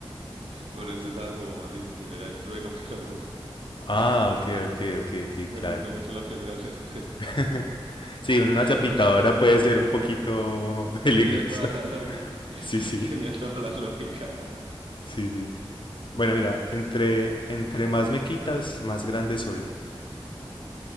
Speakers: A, on the right; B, on the left.
A: Bueno, esto estaba como más difícil, era el trueno, <laughs> pero me gustó.
B: Ah,
A: <laughs>
B: ok, ok, ok, ok,
A: Me
B: claro.
A: gustó mucho la primera respuesta.
B: <laughs> Sí, una
A: <laughs>
B: olla pitadora
A: Raya Pitadora
B: puede ser un poquito <laughs> peligrosa.
A: tenía toda la lógica. <laughs>
B: Sí, sí,
A: Tenía toda la lógica.
B: sí, sí. Bueno, mira, entre, entre más me quitas, más grande soy.